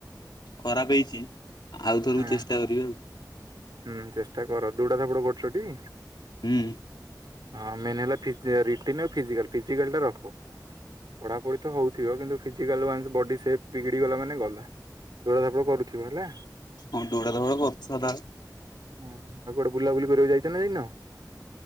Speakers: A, on the left; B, on the right.
A: ଖରାପ ହେଇଚି। ଆଉ ଥରକୁ
B: ହଁ
A: ଚେଷ୍ଟା କରିବି ଆଉ।
B: ହୁଁ ଚେଷ୍ଟା କର ଦୌଡା ଧାପଡ କରୁଚ ଟି?
A: ହୁଁ।
B: ହଁ ମେନ୍ ହେଲା ଫିଜି ରିଟିନ ଆଉ ଫିଜିକାଲି ଫିଜିକାଲ ଟା ରଖ। ପଢାପଢି ତ ହୋଉଥିବ କିନ୍ତୁ ଫିଜିକାଲ ୱାନସ ବଡି ସେପ ବିଗିଡି ଗଲା ମାନେ ଗଲା। ଦୌଡା ଧାପଡ କରୁଥୁବୁ ହେଲା।
A: ହଁ ଦୌଡା ଧାପଡ କରୁଚି ସଦାବେଳେ।
B: ହୁଁ ଆଉ କୁଆଡେ ବୁଲାବୁଲି କରିବାକୁ ଯାଇଚ ନା ଯାଇନ?